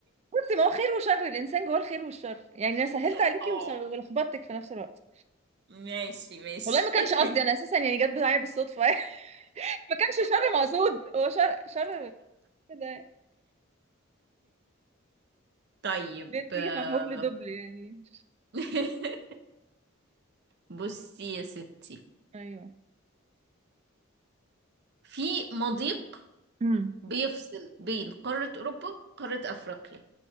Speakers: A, on the right; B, on the right.
A: بصي ما هو خير وشر الانسان جواه الخير والشر يعني انا سهلت
B: <laughs>
A: عليكي
B: اه
A: وس- ولخبطتك في نفس الوقت
B: ماشي ماشي
A: والله ما كانش
B: <laughs>
A: قصدي انا اساسا يعني جت معايا بالصدفه <laughs> ما كانش شر مقصود هو شر شر كده
B: طيب
A: ليه بتيجي
B: آه،
A: مع هبل دبل يعني
B: <laughs> بصي يا ستي
A: ايوه
B: في مضيق
A: امم
B: بيفصل بين قارة أوروبا وقارة أفريقيا